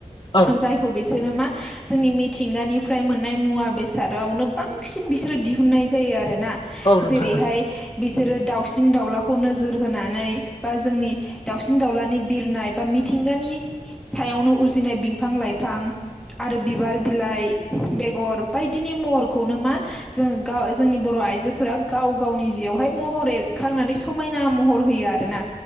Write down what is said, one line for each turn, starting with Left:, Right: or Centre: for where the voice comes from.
Left: औ
Centre: जायखौ बिसोरो मा जोंनि मिथिंगानिफ्राय मोननाय मुवा बेसादावनो बांसिन बिसोरो दिहुननाय जायो आरोना जेरैहाय
Left: औ नोंथां
Centre: बिसोरो दाउसिन दाउलाखौ नोजोर होनानै बा जोंनि दाउसिन दाउलानि बिरनाय बा मिथिंगानि सायावनो उजिनाय बिफां लाइफां आरो बिबार बिलाइ बेगर बायदिनि महरखौनो मा जोङो जोंनि बर' आइजो फोरा गाव गावनि जियावहाय महर एरखांनानै समायना महर होयो आरो ना